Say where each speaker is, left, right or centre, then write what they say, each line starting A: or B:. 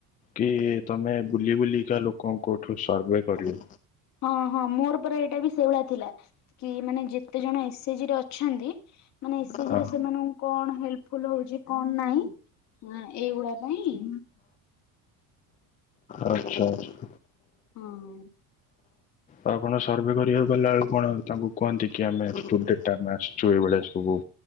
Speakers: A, on the left (about 20°); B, on the left (about 45°).
A: କି ତମେ ବୁଲି ବୁଲିକା ଲୋକଙ୍କଠୁ ସର୍ଭେ କରିବ।
B: ହଁ ହଁ ମୋର ପରା ଏଇଟା ବି ସେଇଭଳିଆ ଥିଲା। କି ମାନେ ଯେତେ ଜଣ ଏସ ଏଚେ ଜି ରେ ଅଛନ୍ତି ମାନେ ଏସ୍ ଏଚେ
A: ହଁ
B: ଜି ରେ ସେମାନଙ୍କୁ। କଣ ହେଲ୍ପଫୁଲ ହଉଛି କ'ଣ ନାହିଁ ଏଇଗୁଡା ପାଇଁ।
A: ଆଚ୍ଛା, ଆଚ୍ଛା।
B: ହଁ।
A: ତ ଆପଣ ସର୍ଭେ କରିବାକୁ ଗଲାବେଳୁ କ'ଣ ତାଙ୍କୁ କୁହନ୍ତି କି ଆମେ ସ୍ଟୁପେଡା ଆମେ ଆସିଛୁ ଏଇଭଳିଆ ସବୁ।